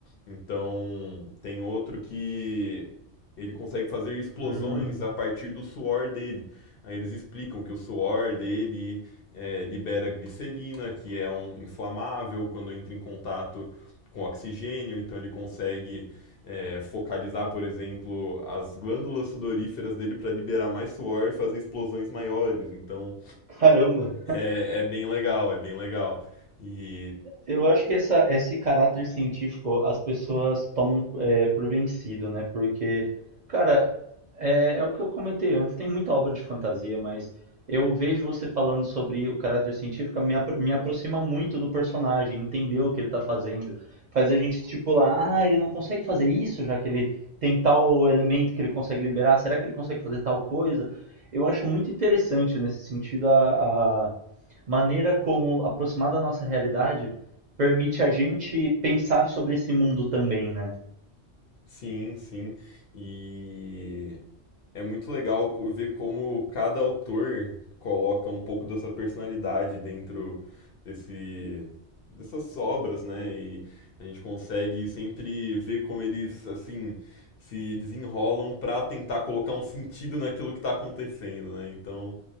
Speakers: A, on the left; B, on the right.
A: Então, tem outro que ele consegue fazer explosões
B: Hum,
A: a partir do suor dele. Aí eles explicam que o suor dele é, libera glicerina, que é um inflamável quando entra em contato com oxigênio, então ele consegue é, focalizar, por exemplo, as glândulas sudoríferas dele para liberar mais suor e fazer explosões maiores. Então
B: caramba.
A: é, é bem legal, é bem legal. E
B: Eu acho que essa, esse caráter científico as pessoas tomam é, por vencido, né? Porque, cara, é, é o que eu comentei antes, tem muita obra de fantasia, mas eu vejo você falando sobre o caráter científico, me, apro- me aproxima muito do personagem, entender o que ele tá fazendo. Faz a gente estipular, ah, ele não consegue fazer isso, já que ele tem tal elemento que ele consegue liberar, será que ele consegue fazer tal coisa? Eu acho muito interessante nesse sentido a, a- maneira como aproximar da nossa realidade permite a gente pensar sobre esse mundo também, né?
A: sim, sim. E É muito legal co- ver como cada autor coloca um pouco dessa personalidade dentro desse, dessas obras, né? E a gente consegue sempre ver como eles, assim, se desenrolam para tentar colocar um sentido naquilo que está acontecendo, né? Então,